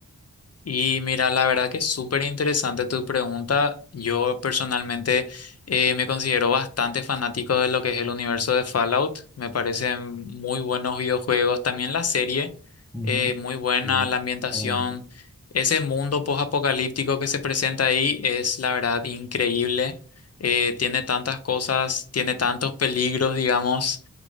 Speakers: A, on the left; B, in the centre.
A: Y mira, la verdad que es súper interesante tu pregunta. Yo personalmente eh, me considero bastante fanático de lo que es el universo de Fallout. Me parecen muy buenos videojuegos. También la serie,
B: Ujú.
A: eh, muy buena
B: Bien,
A: la ambientación.
B: claramente.
A: Ese mundo post-apocalíptico que se presenta ahí es, la verdad, increíble. Eh, tiene tantas cosas, tiene tantos peligros, digamos.